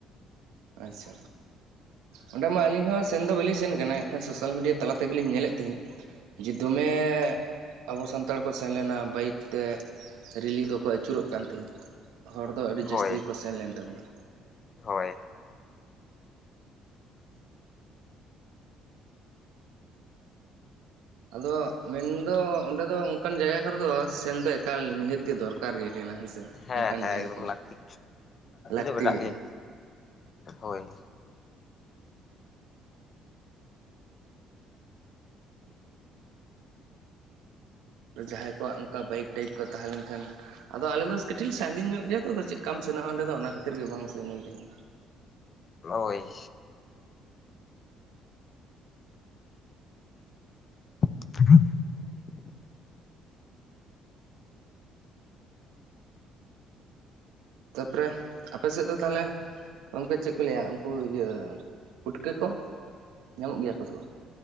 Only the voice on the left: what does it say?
ᱦᱳᱭ
ᱦᱳᱭ
ᱦᱮᱸ
ᱦᱮᱸ
ᱮᱠᱫᱚᱢ
ᱞᱟᱹᱠᱛᱤ
ᱫᱚ ᱢᱮᱱᱟᱜ
ᱜᱮᱭᱟ
ᱦᱳᱭ
ᱦᱳᱭ <inaudible>